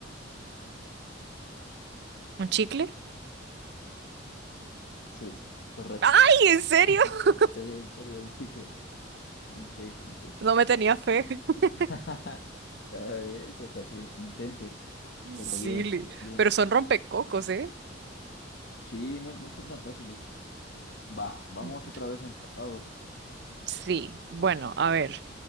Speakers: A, on the right; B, on the left.
A: ¿un chicle?
B: Sí, correcto.
A: ¡Ay, en serio!
B: <laughs>
A: <laughs>
B: Sí, en serio, un chicle. Un chicle, un chicle.
A: No me tenía fe. <laughs>
B: <laughs> Ya ves, hasta que intentes. Pero
A: Sí,
B: bien,
A: li-
B: bien, bien.
A: pero son rompecocos, ¿eh?
B: Sí, no, no son tan fáciles. Va, vamos
A: Bu-
B: otra vez empatados.
A: Sí, bueno, a ver.